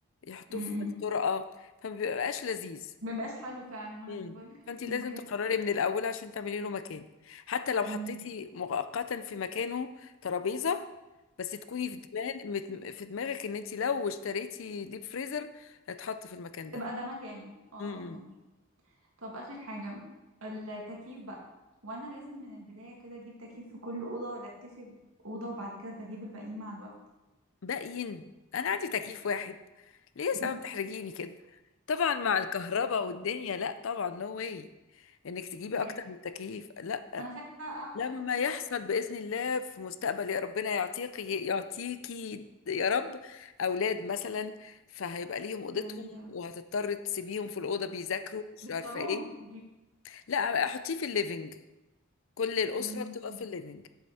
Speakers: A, on the left (about 70°); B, on the right (about 80°).
A: يحطوه
B: امم
A: في الطرقه فما بيبقاش لذيذ
B: ما بقاش حلو فعلا ما أنا
A: امم
B: بقولك خايفة
A: فانت لازم
B: من كده
A: تقرري من الاول عشان تعملي له مكان حتى لو حطيتي
B: امم
A: مؤقتا في مكانه ترابيزه بس تكوني في دماغ في دماغك ان انت لو اشتريتي ديب فريزر هتحط في المكان ده
B: تبقى ده مكانه اه
A: امم
B: اه فهمت طب آخر حاجة التكييف بقى وأنا لازم من البداية كده أجيب تكييف في كل أوضة ولا أكتفي بأوضة وبعد كده بجيب الباقيين مع الوقت
A: باقيين انا عندي تكييف واحد ليه يا
B: <laughs>
A: سبب تحرجيني كده طبعا مع الكهرباء والدنيا لا طبعا نو واي انك تجيبي
B: بجد
A: اكتر من تكييف لا
B: ما أنا خايفة أقعد
A: لما
B: أقول كده
A: يحصل باذن الله في مستقبل يا ربنا يعطيك يعطيكي يا رب اولاد مثلا فهيبقى ليهم اوضتهم
B: يا مين يا رب
A: وهتضطر تسيبيهم في الاوضه بيذاكروا مش
B: بالصالون
A: عارفه ايه
B: والضيوف
A: لا احطيه في الليفينج كل الاسره
B: أمم.
A: بتبقى في الليفينج